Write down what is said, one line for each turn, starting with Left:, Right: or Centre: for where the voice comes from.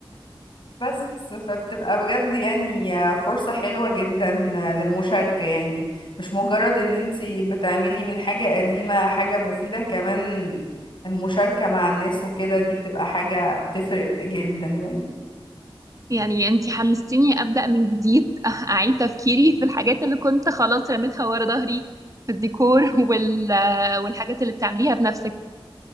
Left: بس فبتبقى بجد يعني فرصة حلوة جدا للمشاركة يعني مش مجرد ان انتي بتعملي من حاجة قديمة حاجة مفيدة كمان المشاركة مع الناس وكده دي بتبقى حاجة بتفرق جدا يعني
Right: يعني أنتي حمستيني أبدأ من جديد <laughs> أ- أعيد تفكيري في الحاجات اللي كنت خلاص رميتها ورا ظهري في الديكور وال... آه، والحاجات اللي بتعمليها بنفسك